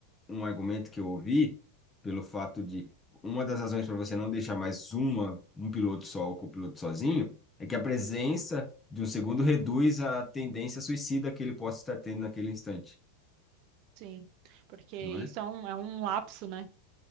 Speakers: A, on the left; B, on the right.
A: um argumento que eu ouvi, pelo fato de uma das razões para você não deixar mais uma, um piloto só ou copiloto sozinho, é que a presença de um segundo reduz a tendência suicida que ele possa estar tendo naquele instante,
B: sim. Porque isso
A: não é?
B: é um, é um lapso, né?